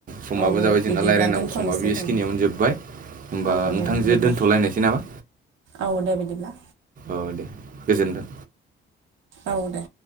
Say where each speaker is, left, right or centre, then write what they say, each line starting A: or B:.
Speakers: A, on the right; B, on the right.
A: समाबो
B: औ
A: जाबाय जोंना
B: बिदिब्ला
A: रायलायनांगौ
B: दोनथ'नोसै
A: समाबो एसे
B: औ
A: खिनियावनो जोबबाय। होमबा
B: औ दे
A: नोंथांजोे
B: बिदिब्ला
A: दोन्थ'लायनायसै नामा।
B: औ दे बिदिब्ला।
A: औ दे गोजोन्थों।
B: औ दे।